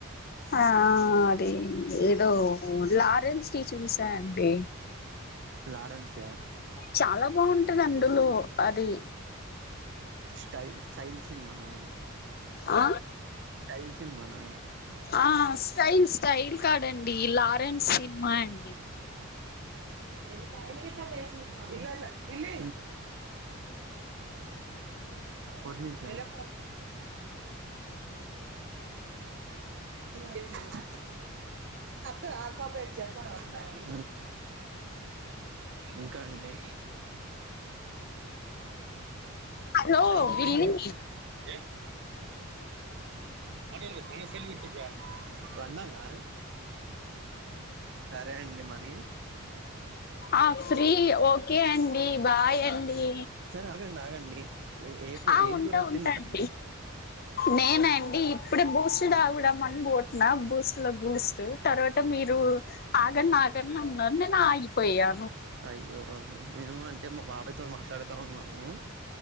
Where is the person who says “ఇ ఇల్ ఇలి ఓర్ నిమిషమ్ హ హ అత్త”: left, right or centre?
Right